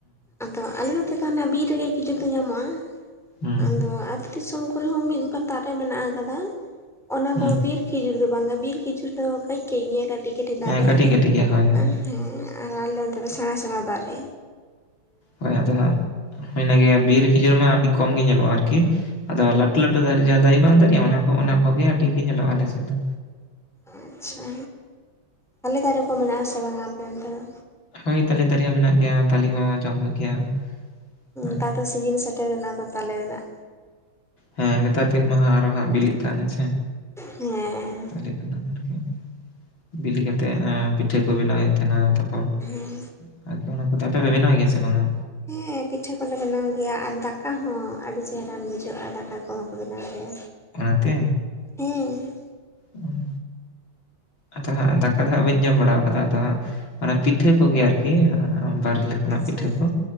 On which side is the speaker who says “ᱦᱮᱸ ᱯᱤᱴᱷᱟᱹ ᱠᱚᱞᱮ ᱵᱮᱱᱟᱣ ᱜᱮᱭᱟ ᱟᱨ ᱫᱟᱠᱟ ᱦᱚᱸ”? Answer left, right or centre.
Centre